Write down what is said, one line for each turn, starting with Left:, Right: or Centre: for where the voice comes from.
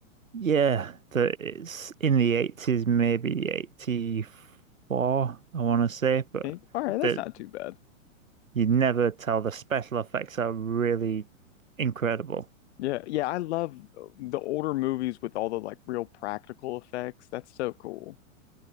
Right: Yeah, that it's in the 80s, maybe 84, I want to say, but
Left: Eh, All right, that's
Right: that
Left: not too bad.
Right: you never tell the special effects are really incredible.
Left: Yeah, yeah, I love uh, the older movies with all the like real practical effects. That's so cool.